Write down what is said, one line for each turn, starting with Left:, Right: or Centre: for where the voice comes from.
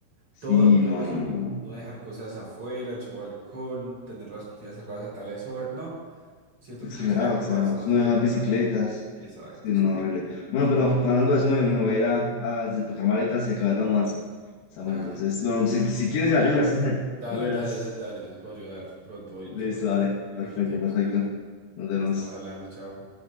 Left: Sí,
Right: Todo, todo
Left: no,
Right: eso,
Left: no, no.
Right: no dejar cosas afuera, en su balcón, tener las cortinas cerradas a tales horas. No, siento
Left: Exagerado,
Right: que yo no sería capaz,
Left: exagerado.
Right: no sería
Left: No dejar
Right: capaz.
Left: bicicletas.
Right: Exacto,
Left: Sí,
Right: eso.
Left: no, no, horrible. Bueno, pero hablando de eso, me, me voy a ir a, a desempacar maletas y acabar la mudanza. Samu,
Right: Dale,
Left: entonces, no, si, si quieres me ayudas, <laughs>
Right: dale,
Left: tú verás.
Right: dale, da- dale, yo te puedo ayudar pronto. Voy,
Left: Listo,
Right: llego en
Left: dale.
Right: 15
Left: Perfecto,
Right: minuticos,
Left: perfecto.
Right: dale.
Left: Nos vemos.
Right: Estamos hablando, chao.